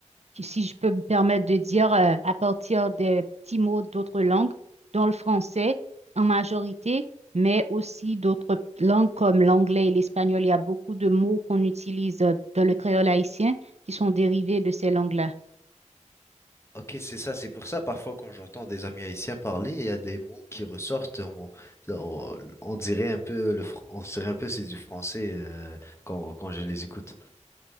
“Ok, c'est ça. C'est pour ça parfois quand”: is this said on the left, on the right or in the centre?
Left